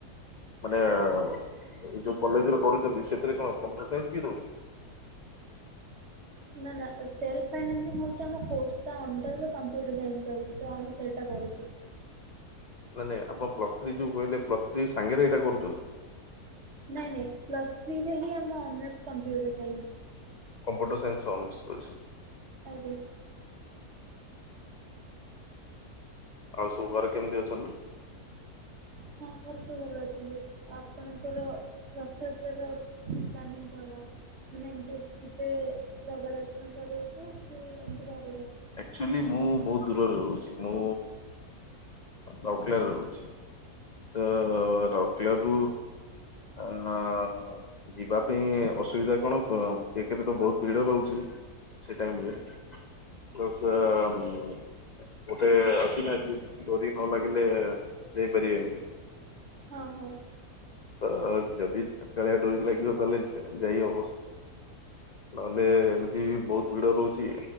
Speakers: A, on the left (about 80°); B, on the right (about 50°).
A: ମାନେ। ଏ ଯୋଉ କଲେଜରେ କରୁଛନ୍ତି ସେଥିରେ କଣ କମ୍ପୁଟର ସାଇନ୍ସ ବି ରହୁଛି।
B: ନା ନା ସେଲ୍ପ ଫାଇନାନ୍ସିଙ୍ଗ ହଉଛି ଆମ କୋର୍ସ। ତା ଅଣ୍ଡର ରେ କମ୍ପ୍ୟୁଟର ସାଇନ୍ସ ଯାଉଛି ତ ଆମେ ସେଇଟା କରୁଛୁ।
A: ନାଇଁ ନାଇଁ ଆପଣ ପ୍ଲସ୍ ଥ୍ରୀ ଯୋଉ କହିଲେ ପ୍ଲସ୍ ଥ୍ରୀ ସାଙ୍ଗରେ ଏଇଟା କରୁଛନ୍ତି?
B: ନାଇଁ ନାଇଁ ପ୍ଲସ୍ ଥ୍ରୀରେ ହିଁ ଆମ ଅନର୍ସ କମ୍ପ୍ୟୁଟର ସାଇନ୍ସ।
A: କମ୍ପ୍ୟୁଟର ସାଇନ୍ସର ଅନର୍ସ ରହିଛି।
B: ଆଜ୍ଞା।
A: ଆଉ ସବୁ ଘରେ କେମିତି ଅଛନ୍ତି?
B: ହଁ ଘରେ ସବୁ ଭଲ ଅଛନ୍ତି, ଆପଣଙ୍କର ରଥଯାତ୍ରାର ପ୍ଲାନିଙ୍ଗ୍ କଣ ମାନେ ଏମିତି ଯିବେ ଜଗା ଦର୍ଶନ୍ କରିବାକୁ କି ଏମିତି ଘର୍
A: ଆକ୍ଚୁଆଲି ମୁଁ ବହୁତ଼୍ ଦୂରରେ ରହୁଛି, ମୁଁ ରାଉକେଲାରେ ରହୁଛି। ତ ରାଉରକେଲାରୁ ଆଁ-ଆଁ-ଆଁ ଯିବା ପାଇଁ ଅସୁବିଧା କଣ ଏକରେ ତ ବହୁତ ଭିଡ ରହୁଛି ସେ ଟାଇମରେ, ତ ସେ ଉଁ-ଉଁ-ଉଁ ଗୋଟେ ଅଛି ନା, କି ଡୋରି ନ ଲାଗିଲେ ଯାଇପାରିବେନି।
B: ହଁ- ହଁ।
A: ତ ଯଦି କା କାଳିଆ ଡୋରି ଲାଗିବ ତାହେଲେ ଯା ଯାଇ ହବ। ନହେଲେ ଏମିତି ବହୁତ ଭିଡ ରହୁଛି